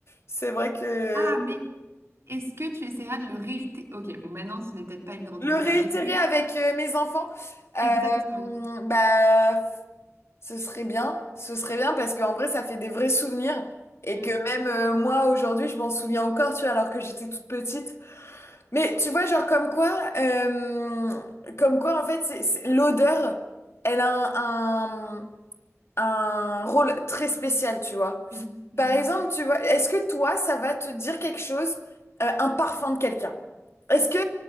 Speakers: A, on the left; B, on the right.
A: c'est vrai que
B: Ah, mais est-ce que tu essaieras de le réitérer? Ok, bon, maintenant, ce n'est peut-être pas une grande
A: le
B: cuisine,
A: réitérer
B: mais est-ce que...
A: avec euh, mes enfants, euh,
B: Exactement.
A: bah, ce serait bien. Ce serait bien parce qu'en vrai, ça fait des vrais souvenirs et
B: Mm,
A: que même euh, moi, aujourd'hui, je m'en souviens encore, tu vois, alors que j'étais toute petite. Mais tu vois, genre comme quoi, euh, comme quoi en fait, c'est, c'est- l'odeur, elle a un, un, un rôle très spécial, tu vois.
B: oui. Mm,
A: Par exemple, tu vois, est-ce que toi, ça va te dire quelque chose, euh, un parfum de quelqu'un? Est-ce que